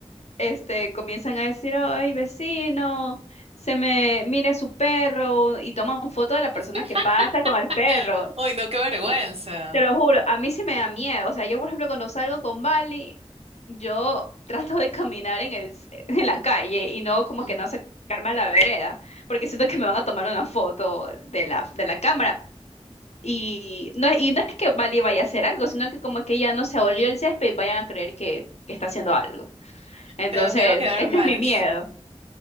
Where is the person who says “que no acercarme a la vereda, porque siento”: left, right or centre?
Left